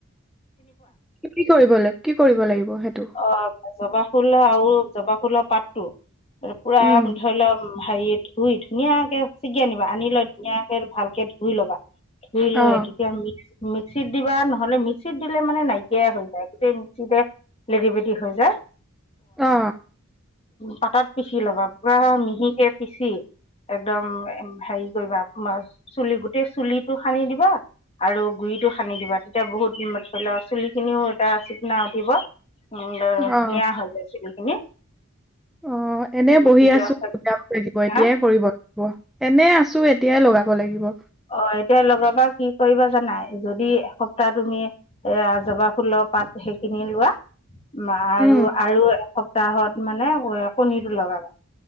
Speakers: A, in the centre; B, on the left.
A: কি কৰিব লৈ, কি কৰিব লাগিব সেইটো?
B: অ', জবা ফুল আৰু জবা ফুলৰ পাতটো। পুৰা
A: উম
B: ধৰি ল' হেৰিত ধুই, ধুনীয়াকে চিগি আনিবা, আনি লৈ ধুনীয়াকে ভালকে ধুই ল'বা। ধুই
A: অ
B: লৈ তেতিয়া মিক্স মিক্সিত দিবা, নহ'লে মিক্সিত দিলে মানে নাইকিয়াই হৈ যায়, গোটেই মিক্সিতে লেতি পেতি হৈ যায়।
A: অ
B: পতাত পিচি ল'বা, পুৰা মিহিকে পিচি। একদম হেৰি কৰিবা, চুলি গোটেই চুলিটো সানি দিবা। আৰু গুৰিটো সানি দিবা, তেতিয়া বহুত ধৰি লোৱা চুলি খিনিও এটা চিকনা উঠিব। উম, বৰ ধুনীয়া
A: অ
B: হৈ যায় চুলিখিনি।
A: অ', এনে বহি
B: তেতিয়া
A: আছোঁ, <unintelligible>
B: হা
A: এতিয়াই কৰিব। এনেই আছোঁ এতিয়াই লগাব লাগিব।
B: অ', এতিয়াই লগাবা কি কৰিবা জানা, যদি এসপ্তাহ তুমি এয়া জবা ফুলৰ পাত সেইখিনি লোৱা। আৰু
A: উম
B: আৰু এসপ্তাহত মানে কণীটো লগাবা।